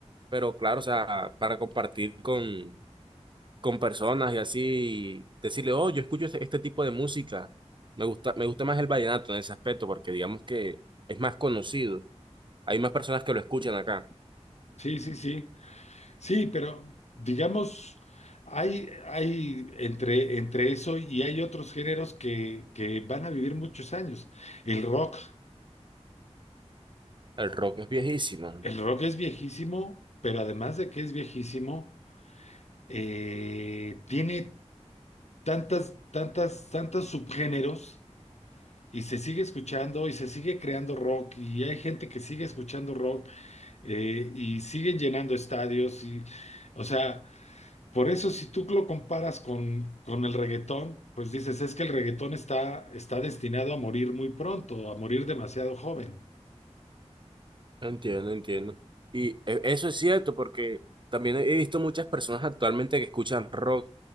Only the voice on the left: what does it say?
Sí, sí, sí. Sí, pero digamos, hay, hay entre, entre eso y hay otros géneros que, que van a vivir muchos años. El rock,
el rock es viejísimo, pero además de que es viejísimo, eh, tiene tantas, tantas, tantos subgéneros y se sigue escuchando y se sigue creando rock y hay gente que sigue escuchando rock eh, y siguen llenando estadios y, o sea, por eso si tú lo comparas con, con el reggaetón, pues dices, es que el reggaetón está, está destinado a morir muy pronto, a morir demasiado joven.